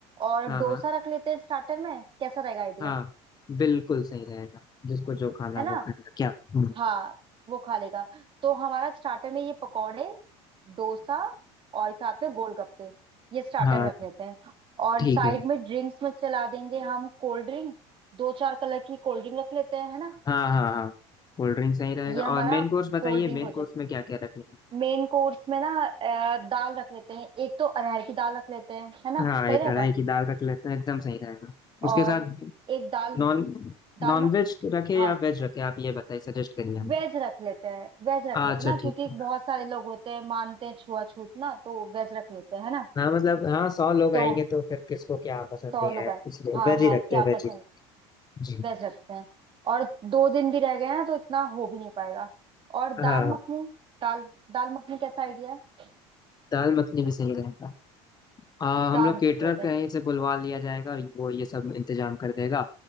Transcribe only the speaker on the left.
हाँ
हाँ
हाँ बिल्कुल सही रहेगा जिसको जो खाना
है
वो खाएगा क्या हम्म,
हाँ
ठीक
है
हाँ हाँ हाँ कोल्ड ड्रिंक सही रहेगा
और मेन कोर्स बताइए
मेन
कोर्स
में क्या क्या रखें
हाँ
एक
कढ़ाई की दाल रख लेते हैं एकदम सही रहेगा उसके
साथ
नॉन
नॉन
वेज रखे
या वेज रखे आप ये बताइए सजेस्ट करिए हमको
अच्छा
ठीक है
हाँ मतलब हाँ सौ लोग
आएंगे तो फिर किसको क्या पसंद
नहीं
है
इसलिए
वेज
ही रखते
हैं वेज
ही रखते
हैं। जी
हाँ
दाल मखनी भी सही रहेगा आ, हम
लोग
केटरर
कहीं से बुलवा लिया जाएगा और वो ये सब इंतजाम कर देगा